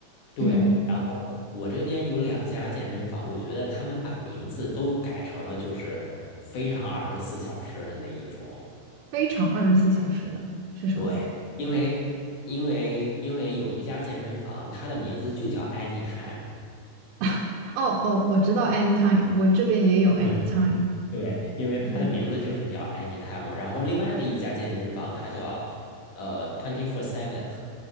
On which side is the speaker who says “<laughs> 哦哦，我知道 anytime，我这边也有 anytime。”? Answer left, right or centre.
Right